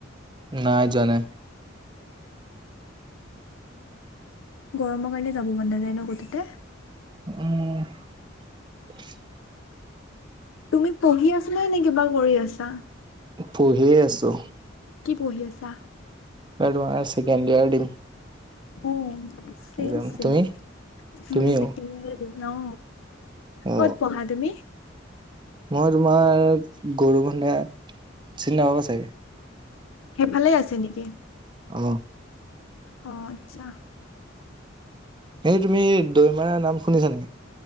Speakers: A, on the right; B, on the left.
A: নাই যোৱা নাই
B: গৰমৰ কাৰণে যাব মন নাযায় ন কটোতে
A: উম
B: তুমি পঢ়ি আছা নে নে কিবা কৰি আছা?
A: পঢ়িয়ে আছো।
B: কি পঢ়ি আছা?
A: এবাৰ তোমাৰ ছেকেণ্ড ইয়াৰ দিম
B: অ চেইম
A: এক্সাম
B: চেইম
A: তুমি
B: ময়ো
A: তুমিও
B: ছেকেণ্ড ইয়াৰ দিম অ
A: অ
B: ক'ত পঢ়া তুমি?
A: মই তোমাৰ গৰু বন্ধা চিনি নাপাবা চাগে।
B: সেইফালে আছে নেকি?
A: অ
B: অ আচ্ছা
A: এই তুমি দৈমাৰাৰ নাম শুনিছা নাই?